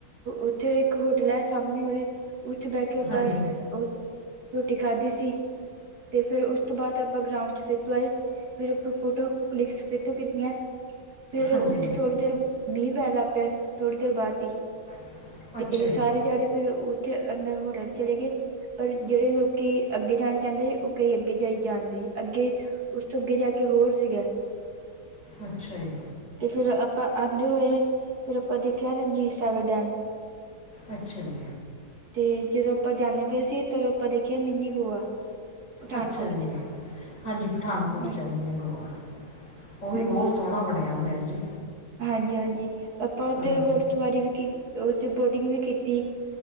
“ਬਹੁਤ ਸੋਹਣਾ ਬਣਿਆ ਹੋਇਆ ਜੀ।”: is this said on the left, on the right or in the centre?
Left